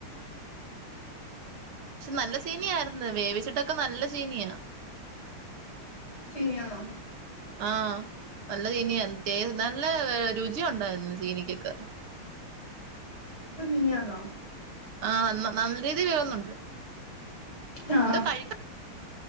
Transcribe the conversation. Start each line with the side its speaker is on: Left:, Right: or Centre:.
Right: പക്ഷെ നല്ല ചീനിയ ആായിരുന്നു വേവിച്ചിട്ടൊക്കെ നല്ല ചിനിയാണ്
Left: ചീനിയെന്നാ
Right: ആ നല്ല ചീനിയ നല്ല രുചിയ ഉണ്ടായിരുന്നു ചീനിക്കൊക്കെ
Left: ിയാന
Right: ആഹ എന്ന നല്ല രീതിയിൽ വന്നണ്ട്
Left: ആ
Right: എന്താ കഴിക്ക